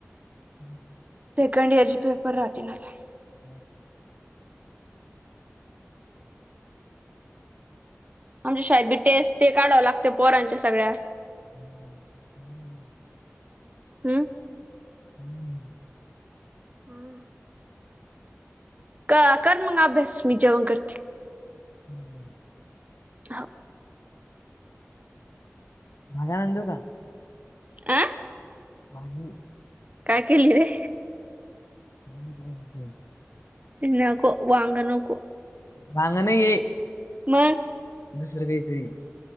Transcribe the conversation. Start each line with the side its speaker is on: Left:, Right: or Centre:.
Left: हम्.
Right: सेकंड इयर चे पेपर राहतील आता.
Left: हा का?
Right: आमच्या शाळेत बी टेस्ट ते काढावं लागत पोरांच्या सगळ्या.
Left: हम्म हम.
Right: हम्?
Left: हम्म.
Right: हां. क कर मग अभ्यास. मी जेवण करते.
Left: हम् हम्.
Right: हो.
Left: मला म्हणली का?
Right: आ?
Left: भाजी?
Right: काय केलीए?
Left: वांग्याची <unintelligible>
Right: नको. वांग नको.
Left: वांग नाहीए.
Right: मग?
Left: दुसर काहीतरीए.